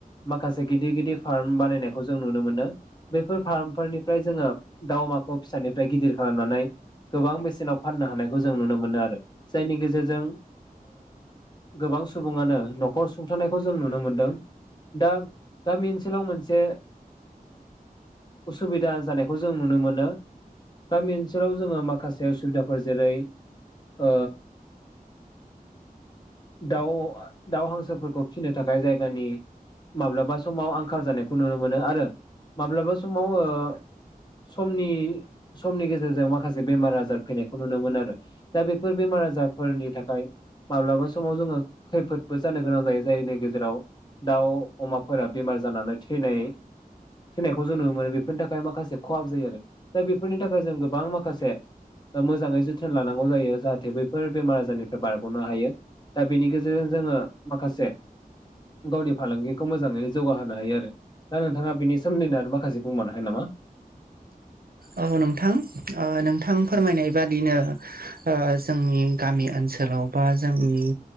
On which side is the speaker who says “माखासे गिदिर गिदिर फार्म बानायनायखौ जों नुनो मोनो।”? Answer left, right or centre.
Left